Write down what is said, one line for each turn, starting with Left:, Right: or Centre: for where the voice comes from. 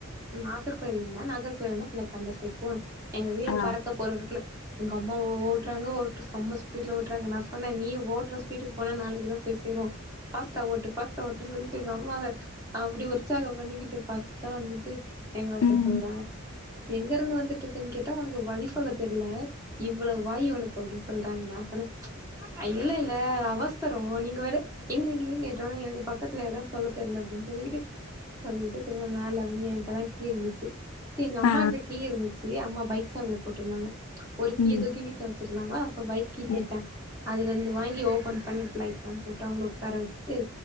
Right: நாகர்கோவில்ல இருந்தா நாகர்கோயில இருந்தக் லைக் அந்த சைட் போணு எங்க வீடு
Left: ஆ
Right: பறக்க போற ரூட்ல எங்க அம்மா ஓட்டுறாங்க ஓட்டு செம்ம ஸ்பீட்ல ஓட்டுறாங்க நா சொன்னே நீ ஓட்டுற ஸ்பீடுக்கு போன நாளைக்கு தா போய் சேறுவோ ஃபாஸ்ட்டா ஓட்டு ஃபாஸ்ட்டா ஓட்டுன்னு சொல்லிக்கிட்டு எங்க அம்மாவ அப்டி ஒரு உச்சாகோ பண்ணிக்கிட்டு ஃபாஸ்ட்டா வந்துட்டு எங்க அத்த
Left: ம்
Right: சொல்றாங்க எங்கருந்து வந்துட்டிருக்கன் கேட்டா உனக்கு வழி சொல்ல தெர்ல இவ்ளோ வாயி உனக்கு அப்டின்னு சொல்றாங்க நா சொன்னே இல்ல இல்ல அவசரோ நீங்க வேற எங்க நிக்கிங்கன்னு கேட்ட ஒட்னே எனக்கு பக்கத்துல எடோ சொல்ல தெர்ல அப்டின்னு சொல்லிகிட்டு சொல்லிட்டு திரும்ப மேல வந்து என்கிட்ட தா கீ இருந்துச்சி சி எங்க அம்மாகிட்ட
Left: ஆ
Right: தா கீ இருந்துச்சி சேரி அம்மா பைக் சாவில போட்டிருந்தாங்க ஒரு கீய
Left: ம்
Right: தூக்கி வீட்டுல வெச்சிருந்தாங்களா சோ பைக் கீ
Left: ம்
Right: கேட்டே அதுல இருந்து வாங்கி ஓபன் பண்ணிட்டு லைட்லாம் போட்டு அவுங்கள ஒக்கார வெச்சிட்டு